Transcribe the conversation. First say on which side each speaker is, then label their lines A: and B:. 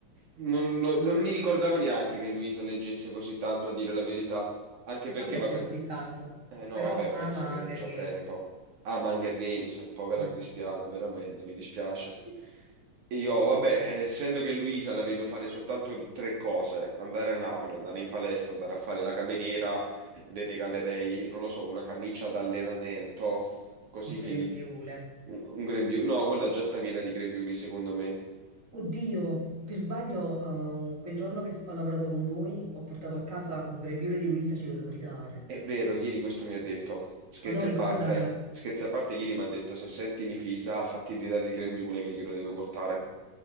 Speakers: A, on the right; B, on the right.
A: non, non- non mi ricordavo neanche che Luisa leggesse così tanto, a dire la verità, anche perché,
B: non legge
A: vabbè,
B: così tanto,
A: eh no,
B: però
A: vabbè,
B: ama
A: penso che non
B: Hunger
A: c'ha
B: Games.
A: tempo. Ama Hunger Games, povera
B: Mm.
A: Cristiana, veramente, mi dispiace.
B: <laughs>
A: Io,
B: Io.
A: vabbè, eh, essendo che Luisa la vedo fare soltanto tre cose, andare a Napoli, andare in palestra, andare a fare la cameriera, le regalerei, non lo so, una camicia d'allenamento, così
B: Un grembiule.
A: finì. Un, un grembiule, no, quella già sta piena di grembiuli, secondo me.
B: Oddio, per sbaglio, eh, quel giorno che s- ho lavorato con voi, ho portato a casa un grembiule di Luisa, ce lo dovrei dare.
A: È vero, ieri questo mi ha detto, scherzi
B: Ma do, ricordamelo.
A: a parte, scherzi a parte, ieri mi ha detto, se senti Nifisa, fatti ridare il grembiule che glielo devo portare.